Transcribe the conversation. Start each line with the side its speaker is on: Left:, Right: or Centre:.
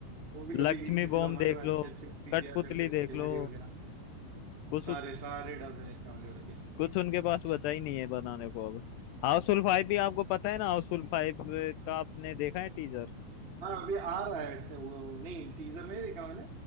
Right: वो भी कभी
Left: लक्ष्मी
Right: किसी
Left: बॉम्ब
Right: जमाने
Left: देख
Right: में अच्छे
Left: लो
Right: अच्छे मूवी
Left: कठपुतली
Right: किया करते थे खिलाड़ी
Left: देख लो
Right: वगैरह
Left: कुछ
Right: सारे सारे डब है बॉलीवुड के
Left: कुछ उनके
Right: हाँ
Left: पास बचा ही नहीं है बनाने को अब हाउसफुल फाइव भी आपको पता है ना हाउसफुल फाइव का आपने देखा है टीजर
Right: अभी आ रहा है तो वो नहीं टीजर नहीं देखा मैंने